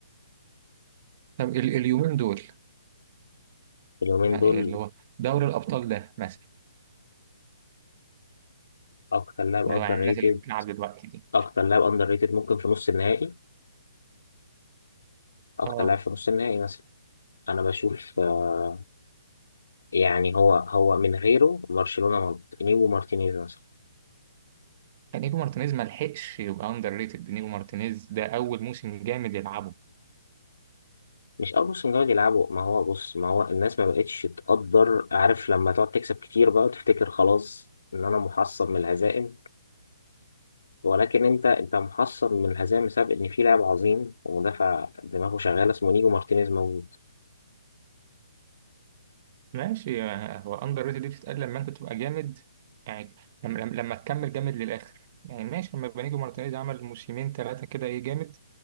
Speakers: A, on the right; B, on the left.
A: طب ال- اليومين دول
B: اليومين
A: يعني
B: دول
A: اللي هو دوري الأبطال ده مثلا
B: اكتر لاعب
A: اللي
B: اندر
A: هو يعني الناس
B: ريتد
A: اللي بتلعب دلوقتي دي
B: اكتر لاعب اندر ريتد ممكن في نص النهائي اكتر
A: اه
B: لاعب في نص النهائي مثلا انا بشوف آه، يعني هو هو من غيره برشلونه مالت نيجو مارتينيز مثلا
A: آه، نيجو مارتينيز ما لحقش يبقى اندر ريتد نيجو مارتينيز ده أول موسم جامد يلعبه
B: مش اول موسم جاي يلعبوا ما هو بص ما هو الناس ما بقتش تقدر عارف لما تقعد تكسب كتير بقى وتفتكر خلاص ان انا محصن من الهزائم ولكن انت انت محصن من الهزيمه بسبب ان في لاعب عظيم ومدافع دماغه شغاله اسمه نيجو مارتينيز موجود
A: ماشي يعني هو اندر ريتد دي بتتقال لما انت تبقى جامد يعني لما لما لما تكمل جامد للاخر يعني ماشي لما بنيجو مارتينيز عمل موسمين ثلاثه كده ايه جامد